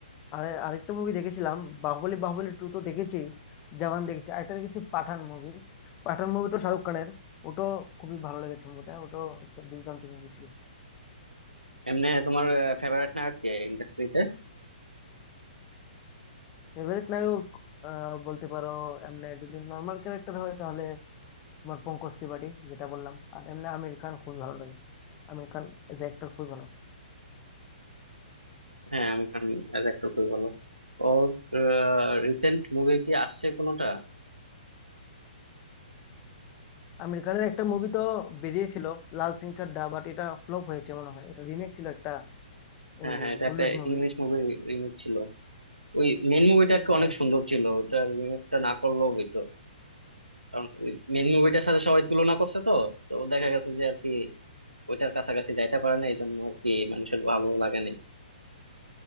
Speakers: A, on the left; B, on the right.
A: আর আরেকটা মুভি দেখেছিলাম বাহুবলী বাহুবলী টু তো দেখেছি জওয়ান দেখেছি আরেকটা দেখেছি পাঠান মুভি পাঠান মুভিটা শাহরুখ খানের ওটাও খুবই ভালো লেগেছে মুভিটা ওটাও একটা দুর্দান্ত মুভি ছিল
B: এমনি তোমার ফেভারিট নায়ক কে ইন্ডাস্ট্রিতে
A: ফেভারিট নায়ক আহ, বলতে পারো এমনি যদি নর্মাল ক্যারেক্টার হয় তাহলে তোমার পঙ্কজ ত্রিপাঠী যেটা বললাম আর এমনি আমির খান খুবই ভালো লাগে Aamir Khan as a actor খুবই ভালো
B: হ্যাঁ আমি খান অ্যাজ অ্যাক্টর খুবই ভালো ওর রিসেন্ট মুভি কি আসছে কোনোটা
A: আমেরিকানের একটা মুভি তো বেরিয়েছিল লাল সিং চাড্ডা বাট এটা ফ্লপ হয়েছে মনে হয় এটা রিমেক ছিল একটা
B: হ্যাঁ
A: এই
B: হ্যাঁ এটা
A: হলিউড
B: একটা
A: মুভির
B: ইংলিশ মুভি রিমেক ছিল ওই মেন মুভিটা আর কি
A: হ্যাঁ
B: অনেক সুন্দর ছিল ওটা রিমেকটা না করলেও হইতো কারণ ওই মেন মুভিটার সাথে সবাই তুলনা করছে তো তো দেখা গেছে যে আর কি ওইটার কাছাকাছি যাইতে পারে না এই জন্য আর কি মানুষের ভালো লাগে নাই